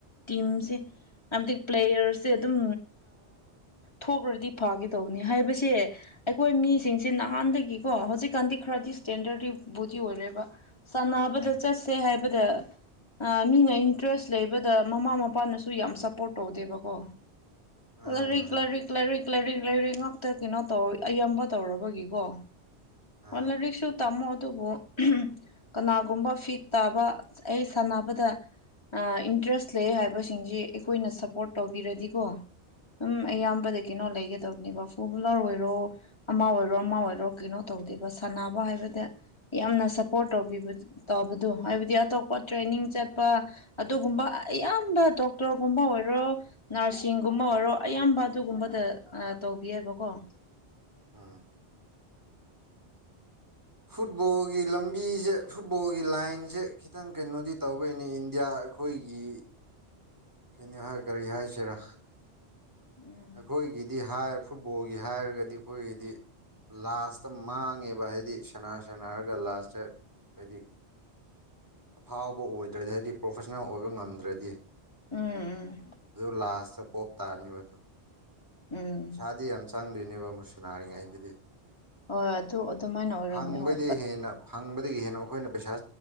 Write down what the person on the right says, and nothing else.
ꯎꯝ
ꯃꯥꯅꯦ
ꯃꯥꯅꯦ
ꯎꯝ
ꯎꯝ
ꯐꯨꯠꯕꯣꯜꯒꯤ ꯂꯝꯕꯤꯁꯦ ꯐꯨꯠꯕꯣꯜꯒꯤ ꯂꯥꯏꯟꯁꯦ ꯈꯤꯇꯪ ꯀꯩꯅꯣꯗꯤ ꯇꯧꯕꯩꯅꯦ ꯏꯟꯗꯤꯌꯥ ꯑꯩꯈꯣꯏꯒꯤ ꯀꯅꯤ ꯍꯥꯏ ꯀꯔꯤ ꯍꯥꯏꯁꯤꯔꯥ
ꯑꯩꯈꯣꯏꯒꯤꯗꯤ ꯍꯥꯏ ꯐꯨꯠꯕꯣꯜꯒꯤ ꯍꯥꯏꯔꯒꯗꯤ ꯑꯩꯈꯣꯏꯒꯤꯗꯤ ꯂꯥꯁꯇ ꯃꯥꯡꯉꯦꯕ ꯍꯥꯏꯗꯤ ꯁꯅꯥ ꯁꯅꯥꯔꯒ ꯂꯥꯁꯇ ꯍꯥꯏꯗꯤ ꯑꯐꯥꯎꯕ ꯑꯣꯏꯗ꯭ꯔꯗꯤ ꯍꯥꯏꯗꯤ ꯄ꯭ꯔꯣꯐꯦꯁꯅꯦꯜ ꯑꯣꯏꯕ ꯉꯝꯗ꯭ꯔꯗꯤ
ꯑꯗꯨ ꯂꯥꯁ ꯄꯣꯞ ꯇꯥꯅꯤꯕ
ꯄꯩꯁꯥꯗꯤ ꯌꯥꯝ ꯆꯪꯗꯣꯏꯅꯦꯕ ꯃꯨꯛꯁꯨꯅꯥꯔꯤꯉꯩꯗꯨꯗꯤ
ꯐꯪꯕꯗꯤ
ꯍꯦꯟꯅ ꯐꯪꯕꯗꯒꯤ ꯍꯦꯟꯅ ꯑꯩꯈꯣꯏꯅ ꯄꯩꯁꯥ